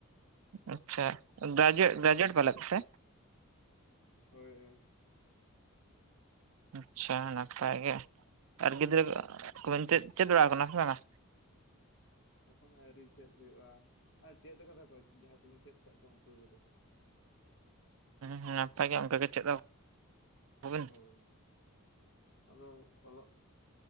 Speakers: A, on the right (about 70°); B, on the left (about 60°).
A: ᱟᱪᱪᱷᱟ ᱜᱨᱟᱡᱩᱭ ᱜᱨᱟᱡᱩᱭᱮᱴ ᱯᱟᱞᱮᱫ, ᱥᱮ
B: ᱦᱳᱭ ᱦᱳᱭ,
A: ᱟᱪᱪᱷᱟ ᱱᱟᱯᱟᱭ ᱜᱮ, ᱟᱨ ᱜᱤᱫᱽᱨᱟᱹ ᱠᱚᱵᱮᱱ ᱪᱮᱫ ᱵᱟᱲ ᱠᱟᱱᱟ ᱥᱮ ᱵᱟᱝᱟ?
B: ᱮᱠᱷᱚᱱ ᱟᱹᱣᱨᱤ ᱪᱮᱫ ᱦᱩᱭᱩᱜᱼᱟ ᱟᱨ ᱪᱮᱫ ᱠᱟᱫᱟ ᱠᱚ ᱡᱟᱦᱟᱸᱭ ᱠᱚᱞᱤᱧ ᱪᱮᱫ ᱠᱟᱫ ᱠᱚᱣᱟ ᱩᱱᱠᱩ ᱠᱚᱫᱚ ᱾
A: ᱦᱩᱸ ᱱᱟᱯᱟᱭ ᱜᱮ, ᱚᱱᱠᱟ ᱜᱮ ᱪᱮᱫ ᱟᱠᱚᱵᱤᱱ
B: ᱦᱳᱭ ᱟᱫᱚ ᱚᱞᱚᱜ